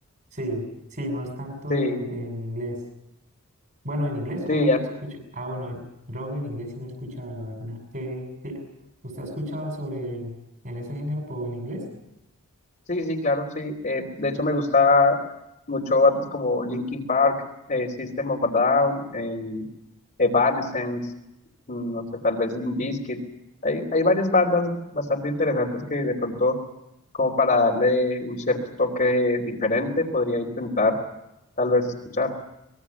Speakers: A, on the right; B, on the left.
A: Sí, sí, no es tanto
B: Sí,
A: de, de- en inglés. Bueno, en inglés solamente
B: sí,
A: escucho. Ah, bueno, el rock en inglés sí no he escuchado, la verdad. ¿Qué, qué- usted ha escuchado sobre en ese género, pero en inglés?
B: Sí, sí, claro, sí. Eh, de hecho, me gusta mucho bandas como Linkin Park, eh, System of a Down, eh, Evanescence, mm, no sé, tal vez Limp Bizkit. Hay, hay varias bandas bastante interesantes que de pronto, como para darle un cierto toque diferente, podría intentar tal vez escuchar.